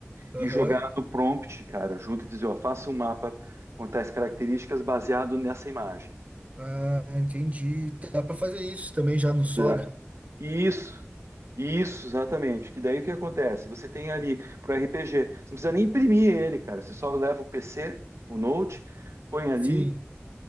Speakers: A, on the right; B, on the right.
A: Aham.
B: e jogar no prompt, cara, junto e dizer, ó, faça um mapa com tais características baseado nessa imagem.
A: Ah, entendi. Dá para fazer isso também já no Sora?
B: Tá? Isso, isso, exatamente. Que daí o que acontece? Você tem ali para RPG, você não precisa nem imprimir ele, cara. Você só leva o PC, o Note, põe ali,
A: Sim,